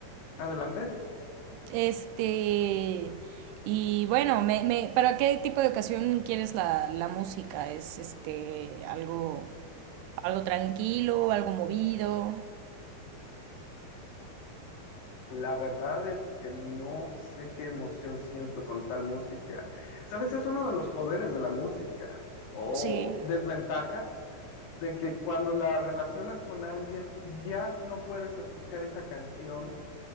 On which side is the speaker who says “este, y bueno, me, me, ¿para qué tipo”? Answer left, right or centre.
Right